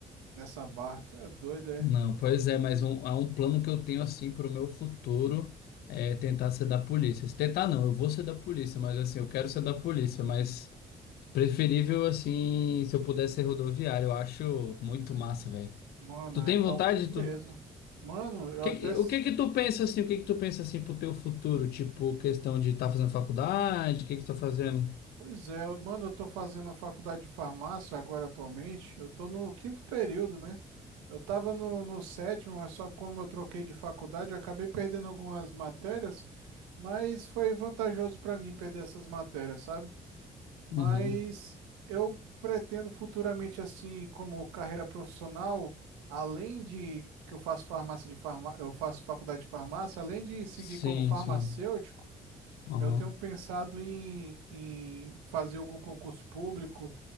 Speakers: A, on the right; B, on the left.
A: nessa barra. Tu é doido, é?
B: Não, pois é, mas um, há um plano que eu tenho assim para o meu futuro é tentar ser da polícia. Se Tentar não, eu vou ser da polícia, mas assim, eu quero ser da polícia, mas preferível assim, se eu puder ser rodoviário, eu acho muito massa, velho.
A: Mano,
B: Tu
A: é
B: tem
A: top
B: vontade?
A: mesmo.
B: Tu... O
A: Mano, eu
B: que
A: até.
B: que,
A: s-
B: o que que tu pensa assim? O que que tu pensa assim pro teu futuro? Tipo, questão de estar fazendo faculdade, o que que tu tá fazendo?
A: Pois é, eu- mano, eu tô fazendo faculdade de farmácia agora atualmente. Eu tô no quinto período, né? Eu tava no, no sétimo, mas só como eu troquei de faculdade, eu acabei perdendo algumas matérias, mas foi vantajoso pra mim perder essas matérias, sabe? Mas
B: Uhum.
A: eu pretendo futuramente, assim, como carreira profissional, além de que eu faço farmácia de farma... eu faço faculdade de farmácia, além de seguir
B: Sim,
A: como farmacêutico.
B: sim. Uhum.
A: Eu tenho pensado em, em fazer algum concurso público,